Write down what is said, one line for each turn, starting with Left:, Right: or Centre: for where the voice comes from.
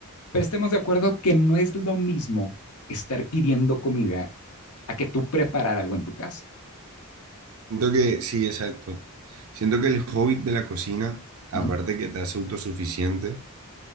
Left: Pero estemos de acuerdo que no es lo mismo estar pidiendo comida a que tú preparar algo en tu casa.
Right: Siento que, sí, exacto. Siento que el hobby de la cocina, aparte
Left: Ujú,
Right: que te hace autosuficiente,